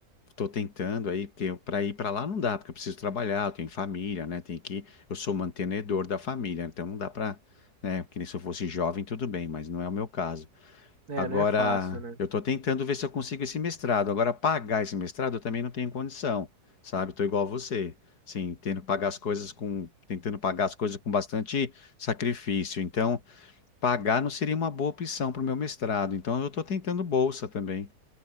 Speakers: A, on the left (about 85°); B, on the right (about 75°).
A: Tô tentando aí, porque para ir para lá não dá, porque eu preciso trabalhar, eu tenho família, né? Tem que, eu sou mantenedor da família, então não dá para, né? Que nem se eu fosse jovem, tudo bem, mas não é o meu caso.
B: É,
A: Agora,
B: não é fácil, né?
A: eu estou tentando ver se eu consigo esse mestrado. Agora, pagar esse mestrado eu também não tenho condição, sabe? Estou igual a você, sim, tendo que pagar as coisas com, tentando pagar as coisas com bastante sacrifício. Então, pagar não seria uma boa opção para o meu mestrado. Então, eu estou tentando bolsa também.